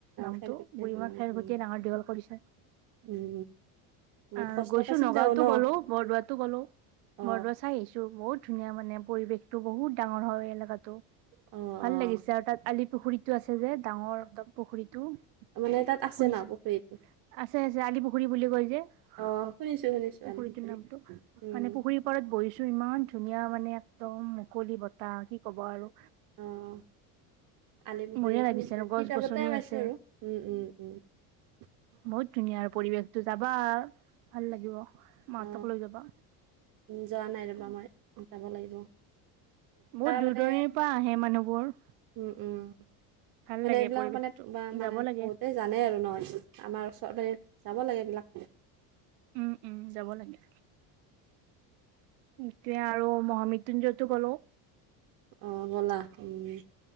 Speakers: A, on the right; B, on the right.
A: নামটো
B: খেলকুটিয়া
A: বুঢ়ীমাক
B: জন্ম হৈছিল।
A: খেৰসূতীয়ে ডাঙৰ দীঘল কৰিছে
B: উম বহুত
A: আৰু
B: কষ্ট
A: গৈছো
B: পাইছিল
A: নগাঁওতো
B: তেওঁ ন
A: গ'লো বৰদোৱাতো গ'লো
B: অ
A: বৰদোৱা চাই আহিছো বহুত ধুনীয়া মানে পৰিৱেশটো বহুত ডাঙৰ হয় এলেকাত
B: অ অ
A: ভাল লাগিছে আৰু তাত আলি পুখুৰীতো আছে যে ডাঙৰ একদম পুখুৰীত তো
B: মানে তাত আছে
A: শুনিছ
B: ন পুখুৰীটো
A: আছে আছে আলি পুখুৰী বুলি কয় যে পুখুৰীটোৰ
B: অ শুনিছো শুনিছো আলি পুখুৰী
A: নামটো মানে
B: উম
A: পুখুৰীৰ পাৰত বহিছো ইমান ধুনীয়া মানে একদম মুকলি বতাহ কি ক'বা আৰু
B: অহ আলি পুখুৰীয়ে
A: বঢ়িয়া লাগিছে
B: শুনিছিল
A: আৰু গছ
B: কিতাপতে
A: গছনি
B: পাইছো
A: আছে
B: আৰু উম উম উম
A: বহুত ধুনীয়া আৰু পৰিৱেশতো যাবা ভাল লাগিব মাহঁতক
B: অ
A: লৈ যাবা
B: যোৱা নাই ৰবা মই যাব লাগিব
A: বহুত দূৰ
B: মানে
A: দৰণিৰ পৰা আহে মানুহবোৰ
B: উম উম
A: ভাল
B: মানে
A: লাগে
B: এইবিলাক
A: পৰিৱেশটো
B: মানে মানে
A: যাব লাগে
B: বহুতেই জানে আৰু ন আমাৰ ওচৰতে যাব লাগে এইবিলাক
A: উম উম যাব লাগে এটোয়ে আৰু মহামৃত্যুঞ্জয়তো গলো
B: অহ গ'লা উম